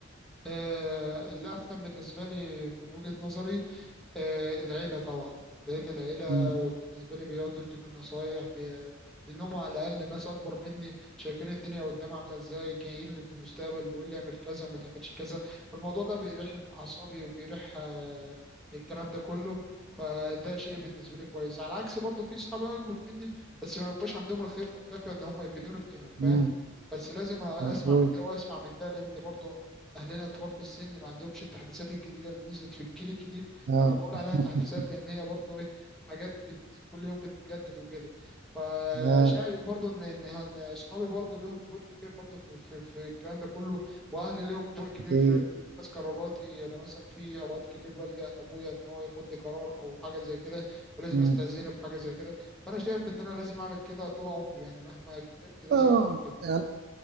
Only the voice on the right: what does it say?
امم
امم
مظبوط
اه
<laughs>
اه
اوكي
مم.
اه
يعني